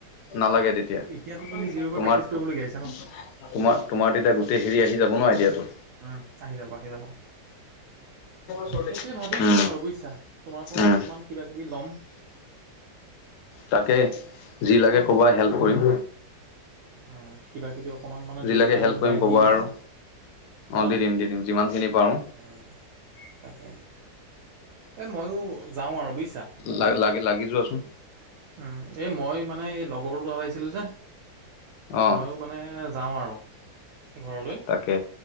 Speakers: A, on the left; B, on the right.
A: নালাগে তেতিয়া
B: এতিয়াতো তুমি জিৰ'ৰ পৰা
A: তোমাৰ
B: প্ৰেক্টিচ কৰিবলগীয়া
A: তোমা
B: হৈছে ন
A: তোমাৰ তেতিয়া গোটেই হেৰি আহি যাব ন আইডিয়া টো
B: উম আহি যাব আহি যাব।
A: ওচৰতে
B: সেইটোৱে ভাবিছোঁ
A: উম
B: আৰু বুজিছা তোমাৰ পৰাও
A: উম
B: অলপমান কিবা কিবি ল'ম!
A: তাকে যি লাগে ক'বা হেল্প কৰিম!
B: অ কিবা কিবি অকণমান মানে
A: যি
B: দুই
A: লাগে
B: এটা
A: হেল্প
B: মোক
A: কৰিম
B: গাইড
A: ক'বা
B: দি দিবা
A: আৰু অ
B: ন
A: দি দিম দি দিম যিমান খিনি পাৰো
B: উম তাকে এই মইয়ো যাওঁ আৰু বুইছা
A: লা লাগে লাগি যোৱাচোন
B: উম এই মই মানে এই লগৰটোৰ তাত আহিছিলো যে
A: অ
B: মইয়ো মানে যাওঁ আৰু ঘৰলৈ
A: তাকে